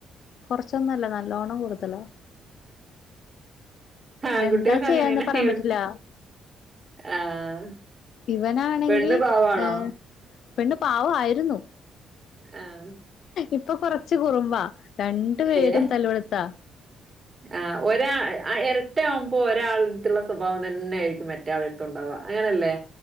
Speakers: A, on the left; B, on the right.
A: കൊറച്ചൊന്നു അല്ല നല്ലോണം കുടുതലാ
B: ആൺകുട്ടികൾക്ക്
A: എന്താ ചെയ്യാന്ന്
B: അങ്ങനെയാണ്
A: പറയാൻ
B: ഇവിടെ
A: പറ്റില്ല
B: ആഹ്
A: ഇവനാണെങ്കി
B: പെണ്ണ് പാവാണോ
A: ഹ് പെണ്ണ് പാവായിരുന്നു
B: ആഹ്
A: ഇപ്പൊ കൊറച്ച് കുറുമ്പാ രണ്ട് പേരും
B: ഏഹ്
A: തല്ലുടത്താ
B: ആഹ് ഒരാ ആ എരട്ട ആവുമ്പോ ഒരാളട്ത്തുള്ള സ്വഭാവം തന്നെ ആയിരിക്കും മറ്റേ ആളട്ത്തു ണ്ടാവാ അങ്ങനെല്ലേ